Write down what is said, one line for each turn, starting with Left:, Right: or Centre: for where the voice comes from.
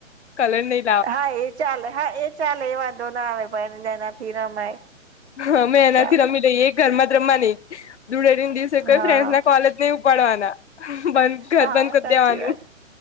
Left: કલર નઈ
Right: હા એ ચાલે હા એ ચાલે એ વાંધો ના આવે પણ એનાથી રમાય
Left: હા મેં એનાથી
Right: ચાલે
Left: રમી દઈએ એક ગરમાં રમવા નઈ ધૂળેટી દિવસે કોઈ
Right: હા
Left: ફ્રેન્ડ ના કોલેજ નહી ઉપાડવાના બંધ ઘર
Right: હા
Left: બંધ કરી
Right: સાચી
Left: દેવાનું
Right: વાત